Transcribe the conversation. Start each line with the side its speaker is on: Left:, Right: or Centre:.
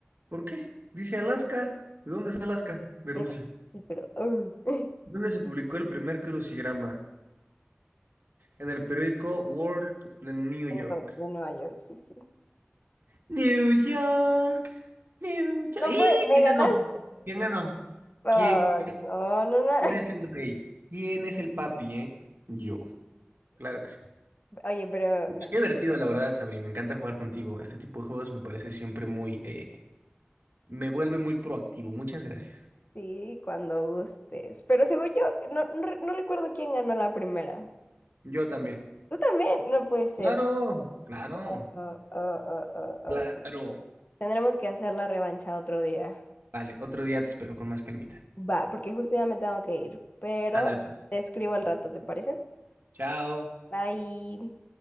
Right: ¿Por qué? Dice Alaska. ¿De dónde es Alaska? De
Left: Mm,
Right: Rusia.
Left: Sí, pero... mm. <laughs> De
Right: ¿Dónde se publicó el primer crucigrama? En el periódico World de New
Left: Nueva
Right: York.
Left: de Nueva York, sí, sí.
Right: New York, New York.
Left: No
Right: ¡Y!
Left: fue, me
Right: ¿Quién
Left: ganaste.
Right: ganó? ¿Quién ganó?
Left: Ah,
Right: ¿Quién, quién,
Left: no, no, no.
Right: quién
Left: <laughs>
Right: es el rey? ¿Quién es el papi, eh? Yo. Claro que sí.
Left: Oye, pero
Right: Pues qué divertido, la verdad, Sabri. Me encanta jugar contigo. Este tipo de juegos me parece siempre muy... eh, me vuelve muy proactivo. Muchas gracias.
Left: sí, cuando gustes. Pero según yo, no, no, re- no recuerdo quién ganó la primera.
Right: Yo también.
Left: Tú también, no puede ser.
Right: Claro, claro,
Left: Oh, oh, oh, oh,
Right: claro.
Left: oh. Tendremos que hacer la revancha otro día.
Right: Vale, otro día te espero con más calmita.
Left: Va, porque justo ya me tengo que ir, pero
Right: Ándale, pues.
Left: te escribo al rato, ¿te parece?
Right: Chao.
Left: Bye.